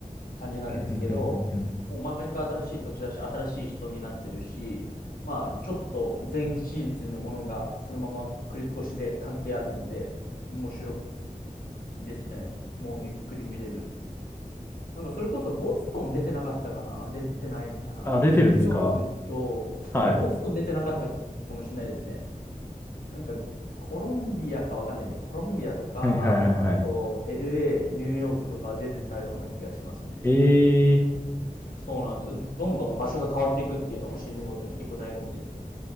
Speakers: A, on the left; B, on the left.
A: 感じなんですけど、
B: うんうんうんうんうん
A: もう毎回新しい土地だし、新しい人になってるし、まあ、ちょっと前シーズンのものがそのまま繰り越しで関係あるんで、面白いですね。もうゆっくり見れる。なんかそれこそボストン出てなかったかな出てないかなニューヨークと、
B: あ、出てるんですかはい。
A: いや、ボストン出てなかったかもしれないですね。なんかコロンビアかわかんないけど、コロンビアとか、
B: はいはいはいはい。
A: あと LA、ニューヨークとかは出てたような気がしますね。
B: ええ、
A: そうなんですよ。どんどん場所が変わっていくっていうのもシーズンごとに結構醍醐味ですよ。